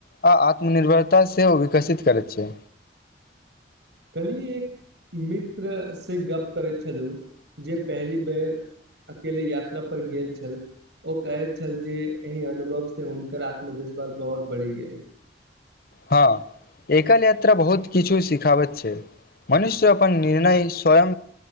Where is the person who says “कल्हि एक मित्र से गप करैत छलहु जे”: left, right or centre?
Right